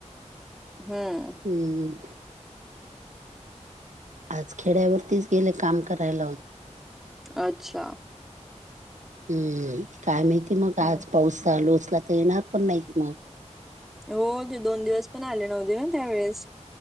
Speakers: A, in the centre; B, on the right.
A: हम्.
B: हम. आज खेड्यावरतीच गेले काम करायला.
A: अच्छा.
B: हम्म काय माहिती मग
A: हम्म
B: आज पाऊसाचा लोचला तर येणार पण नाहीत मग.
A: हो ते दोन दिवस पण आले नव्हते ना त्यावेेळेस